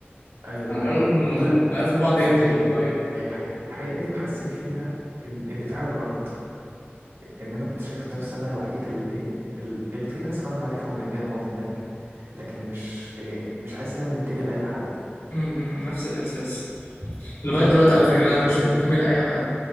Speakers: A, on the right; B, on the left.
A: ايوه دي
B: انا عمال
A: حقيقة
B: اقول هم
A: ف...
B: دول ما عرفوا بعض
A: لا
B: امتى
A: هي
B: دول طيب
A: هي هي الحقيقة الحقيقة دي انا حسيت فيها ان ان في حاجة غلط ان انا كنت شايف نفسي انا الوحيد اللي ايه ال- اللي في ناس انا عارفهم من هنا ومن هناك لكن مش إيه مش حاسس ان انا منتمي لاي حد
B: م- م، نفس الاحساس لغاية دلوقتي
A: فاللي
B: على
A: انا
B: فكرة
A: فضلت
B: أنا مش
A: تايه
B: منتمي لأي حد